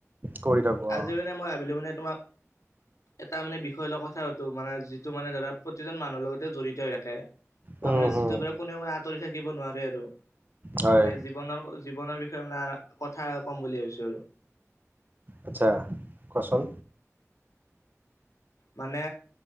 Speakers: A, on the right (about 35°); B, on the left (about 75°).
A: কৰি থাকো
B: আজি
A: অ
B: মানে মই ভাবিলোঁ মানে তোমাক এটা মানে বিষয় লৈ কথা পাতো মানে যিটো মানে ধৰা প্ৰতিজন মানুহৰ লগতে জড়িত হৈ থাকে। বা
A: উম
B: মানে যিটোৰ
A: উম
B: পৰা কোনেও মানে আঁতৰি থাকিব নোৱাৰে আৰু
A: হয়
B: মানে জীৱনৰ জীৱনৰ বি বিষয়ে কথা ক'ম বুলি ভাবিছো
A: আচ্ছা কোৱাচোন
B: মানে